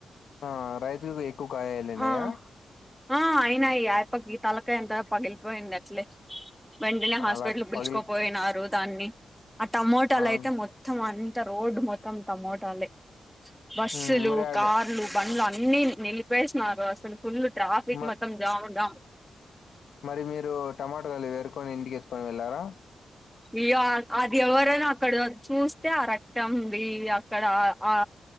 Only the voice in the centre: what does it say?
ఆ ఆ అయినాయి అయ్యప్పకి ఆ తలకాయ అంత పగిలిపోయింది అట్లే వెంటనే హాస్పిటల్కి
పిలుచుకోపోయినారు
దాన్ని ఆ టమోటాలు
అయితే మొత్తం అ త రోడ్డు మొత్తం తమోటాలే బస్సులు
కార్లు బండ్లు అన్ని అన్ని నిలిపేసిన్నరు అసలు ఫుల్ ట్రాఫిక్
మొత్తం జాము జామ్
ఇగ అది ఎవరైనా అక్కడ చూస్తే ఆ రక్తంది అక్కడ ఆ